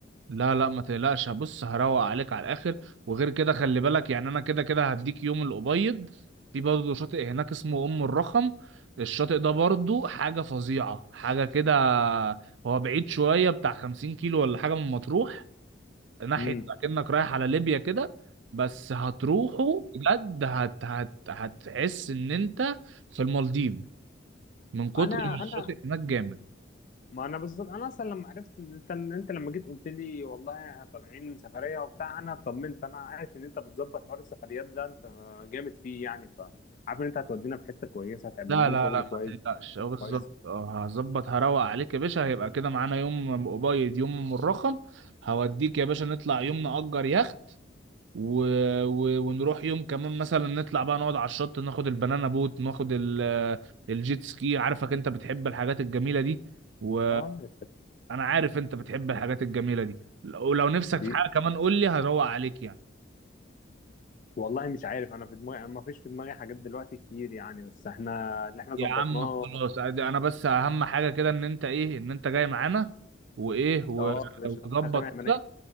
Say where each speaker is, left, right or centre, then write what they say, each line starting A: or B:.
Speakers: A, on the right (about 70°); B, on the left (about 45°).
A: لا لا ما تقلقش هبص هروق عليك على الاخر وغير كده خلي بالك يعني انا كده كده هديك يوم الابيض في برضه شاطئ هناك اسمه ام الرخم الشاطئ ده برضه حاجه فظيعه حاجه كده هو بعيد شويه بتاع 50 كيلو ولا حاجه من مطروح ناحيه
B: امم
A: اكنك رايح على ليبيا كده بس هتروحه بجد هت هت هتحس ان انت في المالديف من كتر
B: انا
A: ما الشاطئ
B: انا
A: هناك جامد
B: ما انا بالظبط انا اصلا لما عرفت ان انت ان انت لما جيت قلت لي والله احنا طالعين سفريه وبتاع انا طمنت انا عارف ان انت بتظبط حوار السفريات ده انت جامد فيه يعني ف عارف ان انت هتودينا في حته كويسه هتعمل
A: لا
B: لنا
A: لا
B: شغل
A: لا
B: كويس
A: ما تقلقش اه بالظبط
B: كويس
A: اه هظبط هروق عليك يا باشا هيبقى كده معانا يوم قبيض يوم مرخم هوديك يا باشا نطلع يوم نأجر يخت و... و... ونروح يوم كمان مثلا نطلع بقى نقعد على الشط ناخد البنانا بوت ناخد ال... الجيت سكي عارفك انت بتحب الحاجات الجميلة دي و
B: اه يا
A: انا عارف انت بتحب الحاجات الجميلة دي ولو نفسك
B: سلام
A: في حاجة كمان قول لي هروق عليك يعني
B: والله مش عارف انا في دماغي ما فيش في دماغي حاجات دلوقتي كتير يعني بس احنا اللي احنا
A: يا
B: ظبطناه
A: عم خلاص عادي، انا بس اهم حاجه كده ان انت ايه ان انت جاي معانا وايه و-
B: اه مش
A: وتظبط
B: احنا تمام انا
A: كده